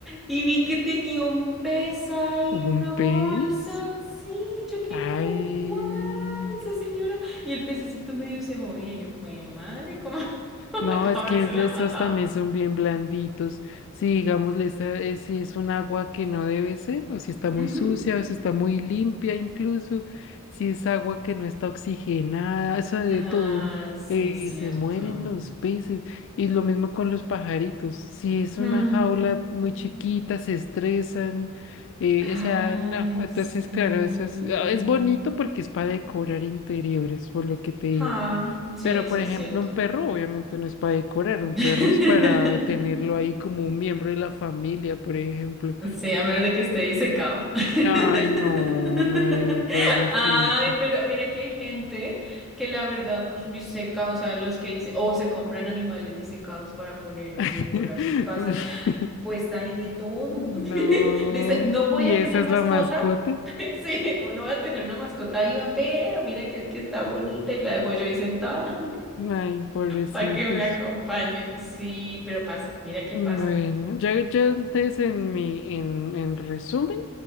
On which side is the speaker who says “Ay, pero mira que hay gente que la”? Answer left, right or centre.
Centre